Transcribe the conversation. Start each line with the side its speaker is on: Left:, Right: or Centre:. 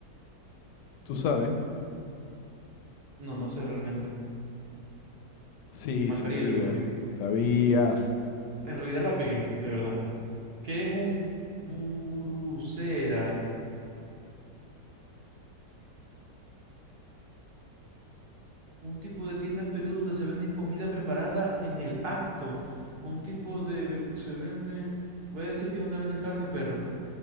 Left: tú sabes.
Right: No, no sé realmente.
Left: Sí,
Right: Mar
Left: sabía.
Right: Caribe, papi.
Left: Sabías.
Right: En realidad la pegué, de verdad. ¿Qué es un burucera? Un tipo de tienda en Perú donde se venden comida preparada en el acto. Un tipo de... Se vende... Voy a decir que es donde venden carne y perro.